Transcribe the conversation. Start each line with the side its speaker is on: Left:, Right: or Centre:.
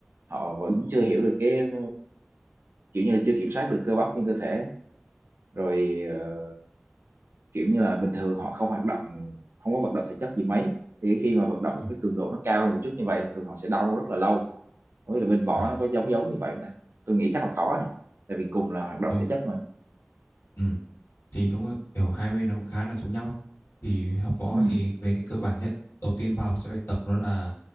Right: họ vẫn chưa hiểu được cái kiểu như là chưa kiểm soát được cơ bắp trên cơ thể rồi ờ, kiểu như là bình thường họ không hoạt động không có vận động thể chất gì mấy thì khi mà vận động
Left: Ừ,
Right: một cái cường độ nó cao hơn một chút như vậy thì thường họ sẽ đau rất là lâu không biết là bên võ
Left: À,
Right: nó có giống giống như vậy không ta tôi nghĩ chắc là có này tại vì cùng là hoạt động
Left: ừ,
Right: thể chất mà
Left: ừ, thì đúng rồi, kiểu hai bên nó cũng khá là giống nhau ấy. Thì học võ
Right: ừ
Left: thì về cái cơ bản nhất, đầu tiên vào sẽ phải tập nó là